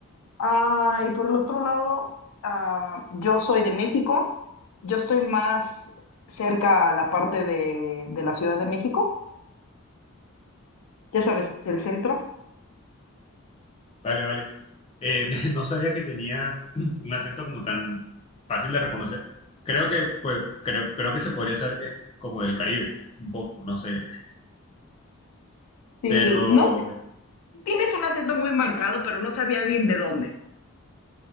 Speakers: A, on the left; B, on the left.
A: Ah, y por el otro lado, ah, yo soy de México, yo estoy más cerca a la parte de, de la Ciudad de México, ya sabes, el centro.
B: Vale, vale. Eh, <laughs> no sabía que tenía <clears throat> un acento como tan fácil de reconocer. Creo que, pues, creo, creo que se podría saber que es como del Caribe, un poco, no sé.
A: Sí,
B: Pero,
A: no sé, tienes un acento muy marcado, pero no sabía bien de dónde.